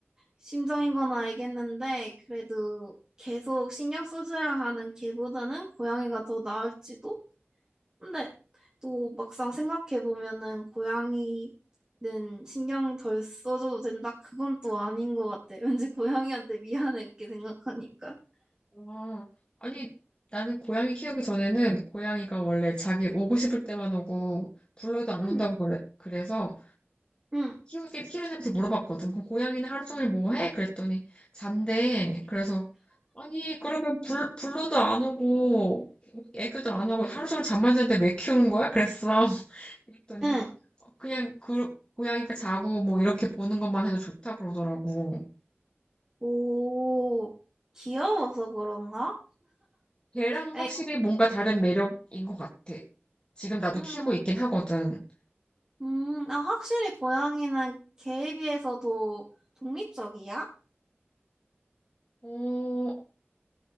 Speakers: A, on the right; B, on the left.
A: 심정인 건 알겠는데, 그래도 계속 신경 써줘야 하는 걔보다는 고양이가 더 나을지도? 근데 또 막상 생각해 보면은 고양이는 신경 덜 써줘도 된다? 그건 또 아닌 것 같아. <laughs> 왠지 고양이한테 미안해 그렇게 생각하니까.
B: 아, 아니, 나는 고양이 키우기 전에는 고양이가 원래 자기 오고 싶을 때만 오고 불러도 안 온다고
A: 응.
B: 그래, 그래서
A: 응,
B: 키우기, 키우는 사람한테 물어봤거든. 그럼 고양이는 하루 종일 뭐 해? 그랬더니 잔대. 그래서 아니, 그러면 불, 불러도 안 오고 애교도 안 하고 하루 종일 잠만 자는데 왜 키우는 거야? 그랬어. <laughs> 그랬더니
A: 응.
B: 그냥 그 고양이가 자고 뭐 이렇게 보는 것만 해도 좋다 그러더라고.
A: 오, 귀여워서 그런가?
B: 걔랑
A: 에이,
B: 확실히 뭔가 다른 매력인 것 같아. 지금 나도
A: 음,
B: 키우고 있긴 하거든.
A: 음, 아, 확실히 고양이는 개에 비해서 더 독립적이야?
B: 어,